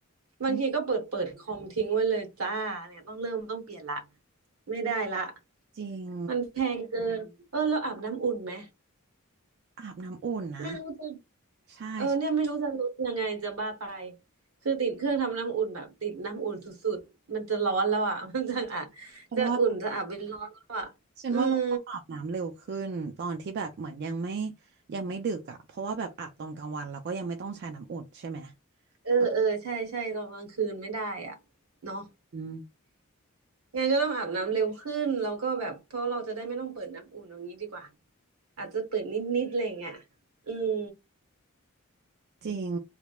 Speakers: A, on the right; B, on the right.
A: บางทีก็เปิดเปิดคอมทิ้งไว้เลยจ้าเนี่ยต้องเริ่มต้องเปลี่ยนละ
B: อืม
A: ไม่ได้ละ
B: จริง
A: มันแพงเกินเออแล้วอาบน้ำอุ่นไหม
B: อาบน้ำอุ่นนะ
A: ไม่รู้จะ
B: ใช่ฉ
A: เออเนี่ยไม่รู้จะลดยังไงจะบ้าตายคือติดเครื่องทำน้ำอุ่นแบบติดน้ำอุ่นสุดๆมันจะร้อนแล้วอ่ะ <laughs> มันจะอ่ะ
B: ันว่า
A: จะอุ่นจะอาบเป็นร้อนแล้วอ่ะอืม
B: ฉันว่าเราต้องอาบน้ำเร็วขึ้นตอนที่แบบเหมือนยังไม่ยังไม่ดึกอ่ะเพราะว่าแบบอาบตอนกลางวันเราก็ยังไม่ต้องใช้น้ำอุ่นใช่ไหม
A: เออเออใช่ใช่ตอนกลางคืนไม่ได้อ่ะเนาะ
B: เอออืม
A: งั้นก็ต้องอาบน้ำเร็วขึ้นแล้วก็แบบเพราะเราจะได้ไม่ต้องเปิดน้ำอุ่นอย่างนี้ดีกว่าอาจจะเปิดนิดๆอะไรอย่างเงี้ยอืม
B: จริง